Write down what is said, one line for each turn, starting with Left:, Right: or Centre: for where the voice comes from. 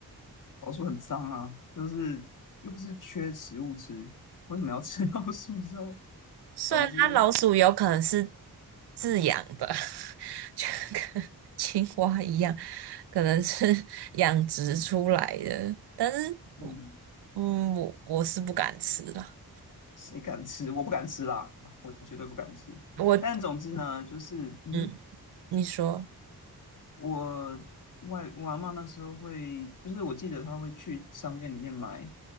Left: 老鼠很脏啊，就是又不是缺食物吃，为什么要吃老鼠肉？<laughs>
Right: 虽然它老鼠有可能是
Left: 总之，
Right: 自养的，<laughs> 就跟青蛙一样，可能是 <laughs> 养殖出来的，但是
Left: 嗯，
Right: 嗯，我我是不敢吃的。
Left: 谁敢吃？我不敢吃啦，我绝对不敢吃。
Right: 我，
Left: 但总之呢，就是，嗯哼，
Right: 嗯，你说，
Left: 我外我阿嬷那时候会，就是我记得她会去商店里面买